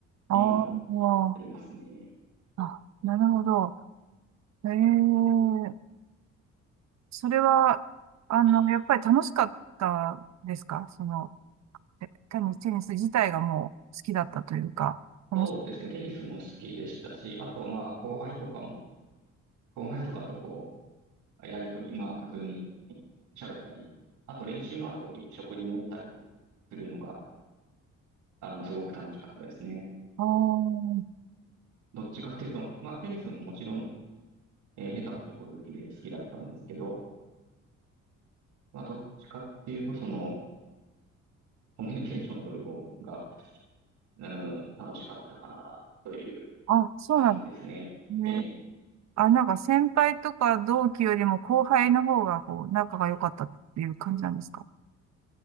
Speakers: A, on the right (about 65°); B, on the right (about 80°).
A: あ
B: ていうのは
A: ー
B: ありますね。
A: あ、なるほど。へえ、それは、あの、
B: はい。
A: やっぱり楽しかったですかその、えテニス、テニス自体がもう好きだったというか、楽し、
B: そうですね。テニスも好きでしたし、あと、まあ、後輩とかも、後輩とかとこう、やりとり、まあ、普通に喋ったり、あと練習の後に食事に行ったりするのが、あの、すごく楽しかったですね。
A: あーはい
B: どっちかっていうと、まあ、テニスももちろんえー、下手も横好きで好きだったんですけど、まあ、どっちかっていうと、その、コミュニケーション取る方が、うん、楽しかったかな、という
A: あ、そうなんで
B: 感じですね。
A: すね。
B: ええ。
A: あ、なんか先輩とか同期よりも後輩の方がこう仲が良かったっていう感じなんですか